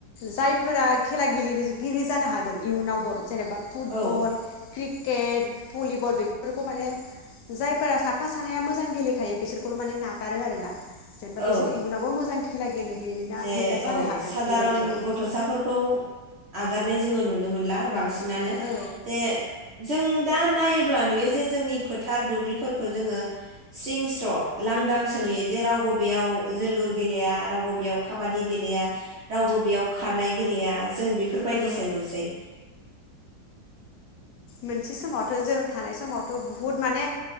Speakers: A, on the left; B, on the right.
A: जायफोरा खेला गेलेगिरि जानो हागोन इयुनावबो जेनेबा फुटबल
B: औ
A: क्रिकेट, भलिबल बेफोरखौ माने जायफोरा साफा सानैया मोजां गेलेखायो बिसोरखौल' माने नागारो आरोना। जेनबा
B: औ
A: बिसोर इउनावबो मोजां खेला गेलेहैना
B: जे
A: हैग्रा जानो
B: औ
A: हागोन
B: सादारन
A: बेबायदियाव
B: गथ'साफोरखौ आगारनाय जोङो नुनो मोनला बांसि नानो
A: औ
B: जे जों दा नायोब्ला नुयो जे जोंनि फोथार दुब्लिफोरखौ जोङो सिं स्र' लांदांसो नुयो जे रावबो बेयाव जोलुर गेलेया रावबो बेयाव खाबादि गेलेया रावबो बेयाव खारनाय गेलेया जों बेफोरबायदिसो
A: औ
B: नुसै।
A: मोनसे समावथ' जों थानाय समावथ' बुहुत माने